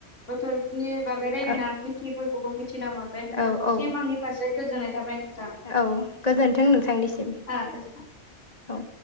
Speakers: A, on the left; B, on the left.
A: बोथोरनि बागै रायज्लायना
B: औ
A: मिथियैफोर खौबो मिथिना मोनबाय नोंथांनिसिम
B: औ औ
A: आंनि फारसे गोजोन्नाय थाबाय नों
B: औ गोजोनथों नोंथांनिसिम
A: आ गोजोन
B: औ